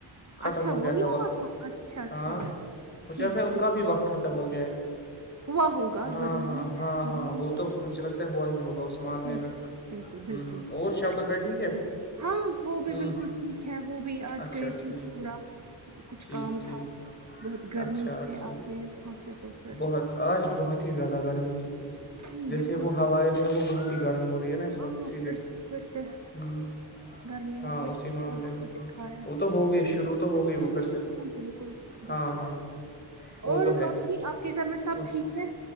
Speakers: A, on the left (about 20°); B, on the right (about 35°).
A: ختم
B: اچھا
A: ہو گیا
B: وہی
A: تھا
B: ہوا
A: وقت
B: اچھا اچھا
A: ہاں وہھسے
B: ٹھیک
A: ان
B: ٹھیک
A: کا بھی وقت ختم ہو گیا ہے
B: ہوا ہوگا
A: ہاں
B: ضروری
A: ہاں ہاں
B: ہے ضروری
A: ہاں وہ تو مجھے لگتا ہے ہوا ہی ہوگا اس معاملے
B: جی
A: میں
B: جی
A: ہ
B: جی بالکل بالکل
A: ہ اور شوکت
B: صحیح
A: بہ ٹھیک ہے
B: ہاں وہ بھی
A: ہ
B: بالکل ٹھیک ہے وہ بھی آج
A: اچھا
B: گئے
A: ٹھیک
B: تھے سورا کچھ
A: ٹھیک
B: کام
A: ٹھیک
B: تھا بہت گرمی
A: اچھا
B: سے
A: ٹھیک
B: آ گئے وہاں سے تو پھر
A: بہت آج بہت ہی زیادہ گرمی تھی
B: ہوں
A: جیسے
B: بالکل
A: وہ
B: صحیح
A: ہوا جو ہے وہ بہت ہی گرم ہوی ہے نا س
B: ہاں
A: پیسیی لیے
B: پھر سے پھر سے
A: ہ <inaudible>
B: گرمی نے
A: ہاں
B: پھر
A: اسی
B: سے
A: معاملے
B: اور رخ
A: میں
B: دکھایا
A: وہ تو ہوگئی شروع تو ہو گئی وہ
B: جی
A: پھر سے
B: ہاں بالکل بالکل
A: ہاں ہاں
B: اور
A: وہ تو ہے
B: باقی
A: ہی
B: آپ کے گھر میں سب
A: اس،
B: ٹھیک ہے